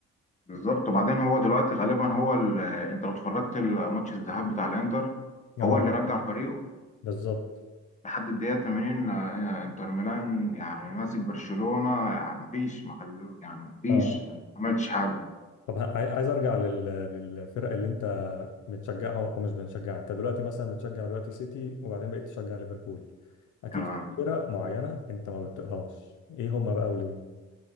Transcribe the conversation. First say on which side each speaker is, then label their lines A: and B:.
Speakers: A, on the left; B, on the left.
A: بالظبط وبعدين هو دلوقتي غالبا هو ال... انت لو اتفرجت الماتش الذهاب بتاع الانتر
B: اه
A: هو اللي رجع فريقه
B: بالظبط
A: لحد الدقيقة 80 آه، آه، انتر ميلان يعني ماسك برشلونة يعني مفيش ما خلو يعني مفيش
B: اه
A: ما عملتش حاجة
B: طب ه- عاي- عايز ارجع لل... للفرق اللي انت بتشجعها او مش بتشجعها انت دلوقتي مثلا بتشجع دلوقتي سيتي وبعدين بقيت تشجع ليفربول اكيد
A: تمام
B: في فرق معينه انت ما بتطيقهاش ايه هما بقى وليه